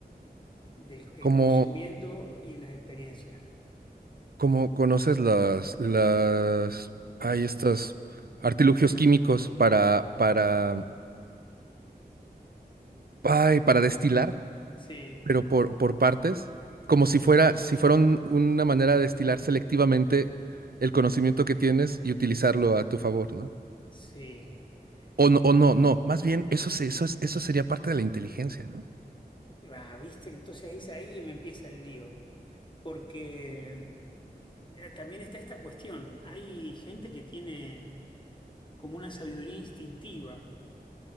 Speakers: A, on the left (about 30°); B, on the right (about 65°).
A: del el
B: Como,
A: conocimiento y las experiencias.
B: como conoces las, las, hay estos artilugios químicos para, para, ay, para destilar.
A: Sí,
B: pero por, por partes, como si fuera, si fuera un- una manera de destilar selectivamente el conocimiento que tienes y utilizarlo a tu favor, ¿no?
A: sí.
B: O
A: Y,
B: no, o no, no, más bien eso, se- eso, es- eso sería parte de la inteligencia, ¿no?
A: ah, viste, entonces ahí, ahí me empieza el lío. porque eh, también está esta cuestión. Hay gente que tiene como una sabiduría instintiva,